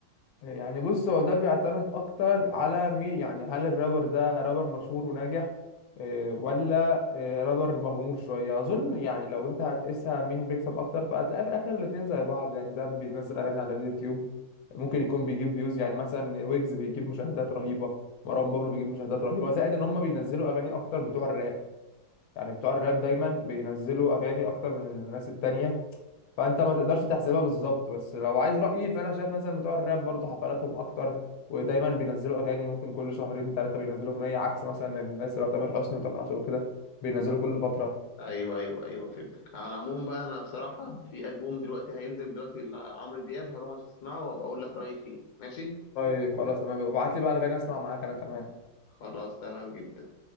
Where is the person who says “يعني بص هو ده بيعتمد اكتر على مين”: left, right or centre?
Left